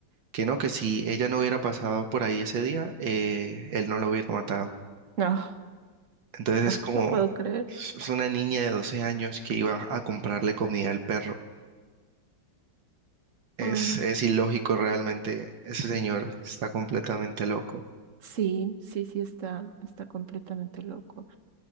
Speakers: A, on the right; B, on the right.
A: que no, que si ella no hubiera pasado por ahí ese día, eh, él no la hubiera matado.
B: No,
A: Entonces es
B: ah,
A: como,
B: no puedo creer.
A: es una niña de 12 años que iba a comprarle comida al perro. Es,
B: Ay,
A: es ilógico realmente, ese señor está completamente loco.
B: sí, sí, sí, está, está completamente loco.